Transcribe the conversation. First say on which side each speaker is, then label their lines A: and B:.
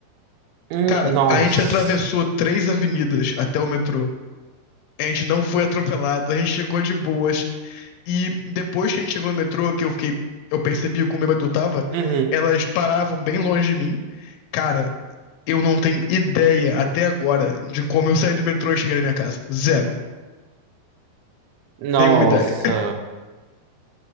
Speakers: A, on the right (about 85°); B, on the left (about 85°).
A: hum,
B: Cara,
A: nossa.
B: a gente atravessou três avenidas até o metrô. A gente não foi atropelado, a gente chegou de boas. E depois que a gente chegou no metrô, que eu fiquei, eu percebi como bêbado eu tava,
A: Uhum.
B: elas paravam bem longe de mim. Cara, Eu não tenho ideia até agora de como eu saí do metrô e cheguei na minha casa. Zero.
A: Nossa,
B: Nenhuma ideia.